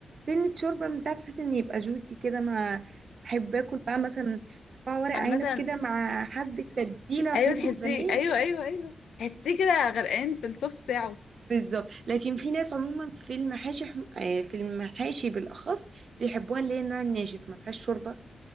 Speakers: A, on the right; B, on the left.
A: سنه شوربه من تحت بحيث ان يبقى جوسي كده انا احب اكل بقى مثلا صباع ورق
B: عامة
A: عنب كده مع حبه تتبيله وحته
B: ايوه تحسيه
A: بانيه
B: ايوه ايوه ايوه تحسيه كده غرقان في الصوص بتاعه
A: بالظبط لكن في ناس عموما في المحاشي حم- آه، في المحاشي بالاخص بيحبوها اللي هي النوع الناشف ما فيهاش شوربه